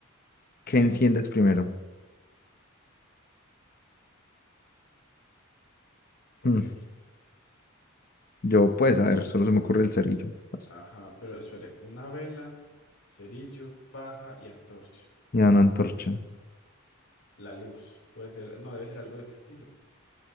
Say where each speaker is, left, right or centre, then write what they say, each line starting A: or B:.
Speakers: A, on the left; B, on the left.
A: ¿Qué
B: sí,
A: enciendes primero?
B: ok.
A: Hmm, Yo, pues, a ver, solo se me ocurre el cerillo. pues.
B: Ajá, pero espere. Una vela, cerillo, paja y antorcha.
A: Y una antorcha.
B: La luz. Puede ser, no, debe ser algo de ese estilo.